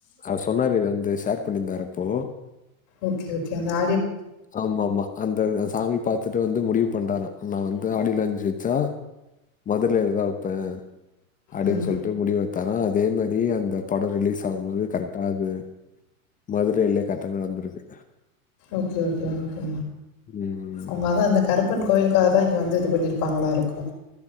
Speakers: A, on the left; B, on the left.
A: அவரு சொன்னாரு இத வந்து ஷேர் பண்ணியிருங்க ப்போ
B: ஓகே ஓகே நா
A: ஆமா ஆமா அந்த அ சாமி பாத்துட்டு வந்து இந்து முடிவு பண்ற நா வந்து ஆடியில அஞ்சுச்சா மதுரேல தா வெப்பே அப்டின்னு
B: ம்.
A: சொல்ட்டு முடி வச் தரா அதே மாரி அந்த பட ரிலீஸ் ஆவும் போது கரெக்டாது மதுரயிலே கரெக்டா நடந்திருக்கு
B: ஓகே ஓகே ஓகே
A: ம்.
B: உங்க தா அந்த கருப்பன் கோயிலுக்காக தா இங்க வந்துது பண்ணிருப்பாங்களா இருக்கு